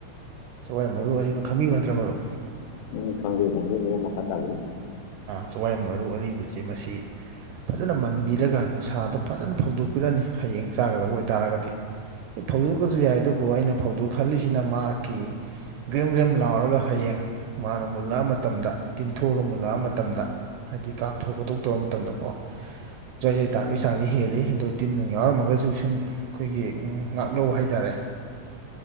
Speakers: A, on the right (about 80°); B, on the left (about 80°).
A: ꯆꯒꯏ ꯃꯔꯨ ꯑꯔꯤꯕ ꯈꯪꯕꯤꯕ ꯅꯠꯇ꯭ꯔ ꯃꯔꯣ
B: ꯎ ꯈꯪꯒꯦ ꯈꯪꯒꯦ ꯃ ꯃꯀꯥ ꯇꯥꯕꯤꯦ
A: ꯆꯋꯥꯏ ꯃꯔꯨ ꯑꯔꯤꯕꯁꯤꯦ ꯃꯁꯤ ꯐꯖꯅ ꯃꯟꯕꯤꯔꯒ ꯅꯨꯡꯁꯥꯗ ꯐꯖꯅ ꯐꯧꯗꯣꯛꯄꯤꯔꯅꯤ ꯍꯌꯦꯡ ꯆꯥꯒꯗꯕ ꯑꯣꯏꯇꯥꯔꯒꯗꯤ ꯑꯩ ꯐꯧꯗꯣꯛꯀꯁꯨ ꯌꯥꯏ ꯑꯗꯨꯕꯨ ꯑꯩꯅ ꯐꯧꯗꯣꯛ ꯈꯜꯂꯤꯁꯤꯅ ꯃꯍꯥꯛꯀꯤ ꯒ꯭ꯔꯦꯝ ꯒ꯭ꯔꯦꯝ ꯂꯥꯎꯔꯒ ꯍꯌꯦꯡ ꯃꯥꯅ ꯃꯨꯜꯂꯛꯑ ꯃꯇꯝꯗ ꯇꯤꯡꯊꯣꯛꯑꯒ ꯃꯨꯜꯂꯛꯑ ꯃꯇꯝ ꯃꯇꯝꯗ ꯍꯥꯏꯗꯤ ꯀꯥꯝꯊꯣꯛ ꯈꯣꯇꯣꯛꯇꯕ ꯃꯇꯝꯗꯀꯣ ꯖꯣꯏꯆꯣꯏ ꯇꯥꯕꯒꯤ ꯆꯥꯡꯁꯤ ꯍꯦꯜꯂꯤ ꯑꯗꯣ ꯇꯤꯟ ꯅꯨꯡ ꯌꯥꯎꯔꯝꯃꯒꯁꯨ ꯁꯨꯝ ꯑꯩꯈꯣꯏꯒꯤ ꯉꯥꯛꯂꯧꯕ ꯍꯥꯏꯇꯥꯔꯦ
B: ꯎ